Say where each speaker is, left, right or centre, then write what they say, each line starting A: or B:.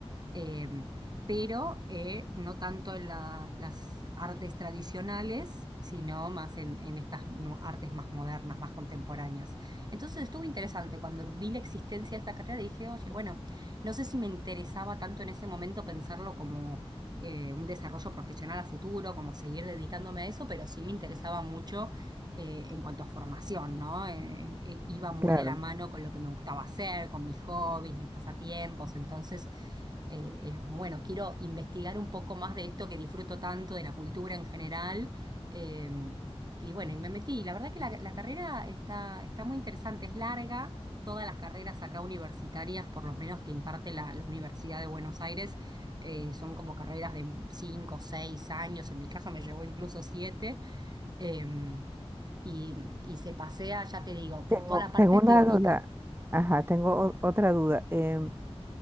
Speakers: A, on the right; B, on the right.
A: eh, pero eh, no tanto en la- las artes tradicionales, sino más en, en estas nu- artes más modernas, más contemporáneas. Entonces estuvo interesante. Cuando vi la existencia de esta carrera dije, oye, bueno, no sé si me interesaba tanto en ese momento pensarlo como eh, un desarrollo profesional a futuro, como seguir dedicándome a eso, pero sí me interesaba mucho. eh, en cuanto a formación, ¿no? Eh, eh, iba muy
B: claro.
A: de la mano con lo que me gustaba hacer, con mis hobbies, mis pasatiempos, entonces eh, era como, bueno, quiero investigar un poco más de esto que disfruto tanto, de la cultura en general. eh, y bueno, y me metí. y La verdad que la, la carrera está, está muy interesante, es larga. Todas las carreras acá universitarias, por lo menos que imparte la, la Universidad de Buenos Aires, eh, son como carreras de 5 o 6 años. En mi caso me llevó incluso siete em, y, y se pasea, ya te digo,
B: Tengo,
A: por toda la parte
B: tengo una
A: teórica.
B: duda. Ajá, tengo o- otra duda. Em,